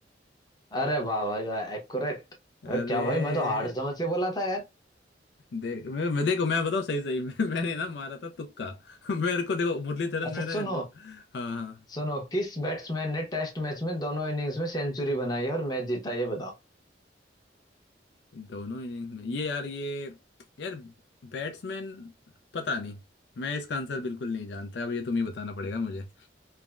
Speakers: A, on the left; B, on the left.
A: अरे वाह भाई वाह एक्यूरेट
B: अरे
A: अरे क्या भाई मैं तो हार्ड समझ के बोला था यार
B: देख मैं, मैं देखो मैं बताऊं सही सही <laughs> मैं, मैंने ना मारा था तुक्का <laughs> मेरे को देखो मुरलीधरन
A: अच्छा
B: मेरे
A: सुनो
B: बो- हाँ हाँ
A: सुनो किस बैट्समैन ने टेस्ट मैच में दोनों इनिंग्स में सेंचुरी बनाई है और मैच जीता ये बताओ
B: दोनों इनिंग्स में ये यार ये यार बैट्समैन पता नहीं मैं इसका आंसर बिल्कुल नहीं जानता अब ये तुम ही बताना पड़ेगा मुझे